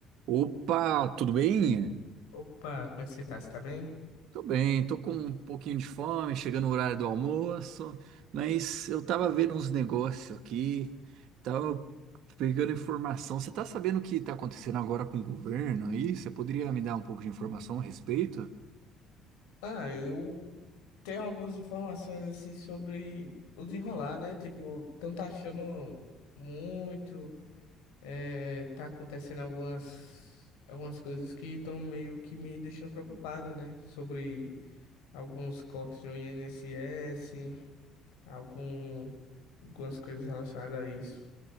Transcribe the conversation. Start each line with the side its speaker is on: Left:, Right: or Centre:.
Right: Opa, tudo bem?
Left: Opa, como é que você tá? Você tá bem?
Right: Tô bem, tô com um pouquinho de fome, chegando no horário do almoço, mas eu tava vendo uns negócios aqui, tava pegando informação. Você tá sabendo o que tá acontecendo agora com o governo aí? Você poderia me dar um pouco de informação a respeito?
Left: Ah, eu tenho algumas informações assim sobre o desenrolar, né? Tipo, estão taxando muito, é, tá acontecendo algumas, algumas coisas que estão meio que me deixando preocupado, né? Sobre alguns cortes no INSS, algum, algumas coisas relacionadas a isso.